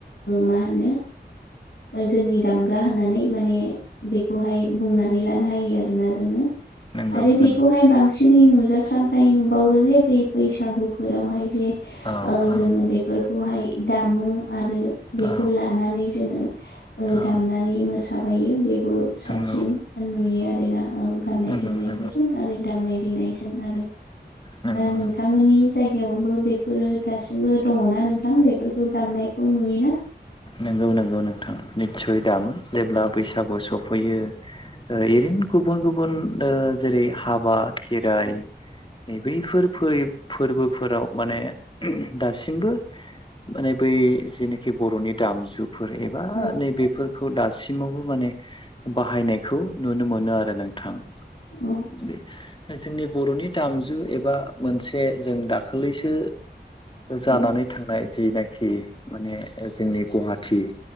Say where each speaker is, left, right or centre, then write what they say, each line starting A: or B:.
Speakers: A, on the left (about 90°); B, on the left (about 30°).
A: मा होनो जोंनि दामग्रा होननानै माने बेखौहाय बुंनानै लानो हायो आरोना जोङो
B: नंगौ
A: आरो बेखौहाय
B: नंगौ
A: बांसिन नै नुजासारनाय नुबावो जे बे बैसागुफोरावहाय जे
B: औ
A: जोङो
B: औ
A: बेफोर फोरखौहाय दामो आरो। बेखौ
B: औ
A: लानानै जोङो
B: औ
A: दामनानै मोसाबायो बेबो साबसिन
B: नंगौ
A: नुयो आरोना गाननाय
B: नंगौ
A: जोमनायफोरजों
B: नंगौ
A: आरो दामनाय देनायजों आरो
B: नंगौ
A: नोंथांमोननि जायगायावबो बेफोरो दासिमबो दङना नोंथां बेफोरखौ दामनायखौ नुयोना।
B: नंगौ नंगौ नोंथां निस्सय दामो जेब्ला बैसागु सफैयो। ओरैनो गुबुन गुबुन ओ जेरै हाबा खेराइ नै बैफोर फै फोरबोफोराव माने दासिमबो माने बै जेनाखि बर'नि दामजुफोर एबा
A: औ
B: नैबेफोर खौ दासिमावबो माने बाहायनायखौ नुनो मोनो आरो नोंथां।
A: औ
B: बे जोंनि बर'नि दामजु एबा मोनसे जों दाखालैसो जानानै
A: औ
B: थांनाय जिनाखि माने जोंनि गुवाहाटि